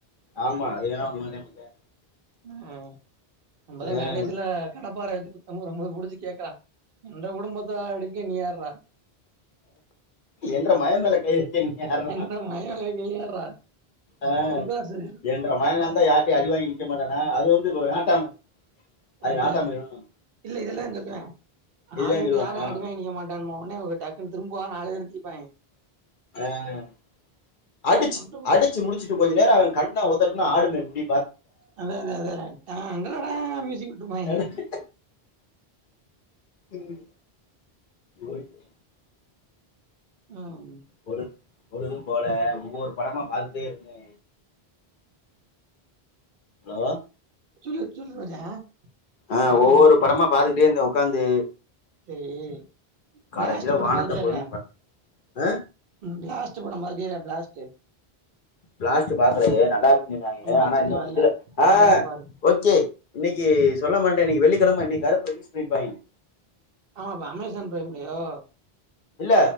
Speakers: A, on the left; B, on the right.
A: ஆமா அது வேணா உண்மை நினைக்கிறேன்
B: ம் நம்பதா
A: ஆஹ்
B: காடைசில கடப்பாரவச்சு குத்த வரும்போது புடிச்சு கேக்குறா என்ட குடும்பத்த அடிக்க நீ யார்டா
A: என்ற மய மேல கை வக்க நீ யார்றா
B: எந்த மயவளைய நீ யார்றா?
A: அஹ்
B: சின்ராசு
A: என்ற
B: நம்ம
A: மயன இருந்தா யார்டயு அடி வாங்கி நிற்க மாட்டான் டா அது வந்து ஒரு நாட்டாம அது
B: அதே
A: நாட்டாம இருக்கணும்
B: இல்ல இதுலதா சொல்வ
A: இதுதான்
B: ஆள் விட்டு
A: சொல்லுவானா
B: யாரு அடி வாங்கி நிக்க மாட் சொன்னோனே டக்குன்னு திரும்புவாங்க நாலு பேரு எந்திருப்பாங்க
A: ஆஹ் அடிச்சு
B: மட்டும்
A: அடிச்சு முடிச்சுட்டு கொஞ்சோ நேரோ அவ கண்ண உதர்னா ஆடுமே முடி
B: அதே அதே அதே டான்டடா மூயுசிக் விட்டுரு ப்பாங்கே
A: பாத்திருக்கியா
B: <inaudible>
A: ம் ஒய்ட்
B: ம்
A: பொழுத் பொழுதும் போல ஒவ்வொரு படமா பாத்துட்டே இருந்தே ஹலோ
B: சொல்லு சொல்லு ரோஜா
A: ஆஹ்
B: படம்
A: ஒவ்வொரு படமா பாத்துக்கிட்டே இருந்தே உக்காந்து
B: சேரி
A: கடைசியில
B: ப்ளாஸ்ட் படோ
A: வானத்த
B: பாத்திட்டியா
A: போலன்னு
B: இல்லையா
A: பா ஆ
B: ப்ளாஸ் ட்டு படோ பாத்திட்டியா இல்லையா ப்ளாஸ்ட்டு
A: ப்ளாஸ்ட்டு பாக்கலையே நல்லா இருக்குன்னு சொன்னாங்க
B: ஆமா ஹச்டி
A: ஆனா இன்னு
B: வரல.
A: இதுல
B: வந்தோன
A: ஆஹ்
B: பாரு.
A: ஓகே இன்னைக்கு சொல்ல மறன்டே வெள்ளிக்கிழம இன்னைக்கு கருப்பு ரிலீஸ் பண்ணிருப்பாங்கய
B: ஆமா பா அமேசான் ப்ரைம்லையோ
A: இல்ல